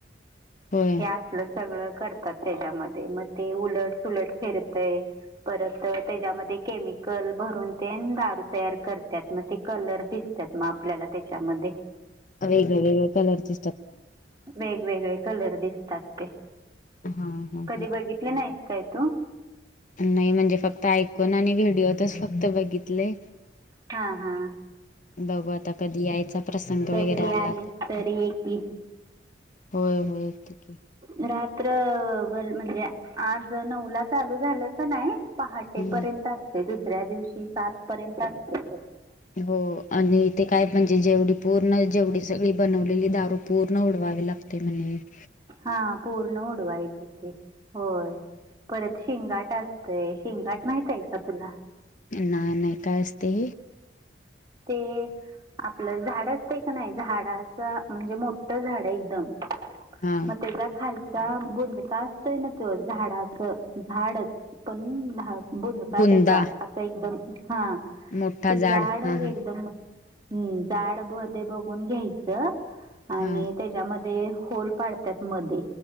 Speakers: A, on the left; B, on the right.
A: होय
B: हे असलं सगळं. त्याच्या मग ते उलट सुलट फिरताय परत त्याच्यामध्ये कल भरून ते दारू तयार करतात मग ते कलर दिसतात मग आपल्याला त्याच्यामध्ये
A: वेग वग कलरस
B: वेगवेगळे कलर दिसतात ते
A: हां हां
B: कधी
A: हां
B: बघितले नाही. कायतो.
A: नाही म्हणजे फक्त ऐकून आणि व्हिडिओतच फक्त बघितले.
B: हा हा
A: बघू आता कधी यायचा. प्रसंग वगैरे
B: कधी
A: आला
B: आलीस
A: तर मग
B: ये की
A: होय होय. की.
B: रात्रभर म्हणजे आज नऊ ला चालू झालं क नाही पहाटे
A: हम्म
B: पर्यंत असतेस. तुसऱ्या दिवशी सात पर्यंत असत.
A: हो आणि तेे काय पण जे जेवढी पूर्ण जेवढी सगळी बनवलेली दारू पूर्ण उडवावी लागते म्हणेजे
B: हा पूर्ण उडवायचीथे होय परत शेंगाट असतय शेंगाट माहित आहे का तुला
A: नाही नाही काय असते हे.
B: ते आपलं झाड असतंय का नाही झाडाच म्हणजे मोठं झाड एकदम
A: हा
B: मग त्याच्या खाली बुंदका असतोय ना तो झाडाचं झाडच पण बुंदका
A: बुंदा
B: त्याचा असं एकदम हा
A: मोठा
B: ते
A: जाड
B: झाड
A: हा हा
B: हम्म जाड मध्ये बघून घ्यायचं आणि
A: हा
B: त्याच्यामध्ये होल पाडतात मध्ये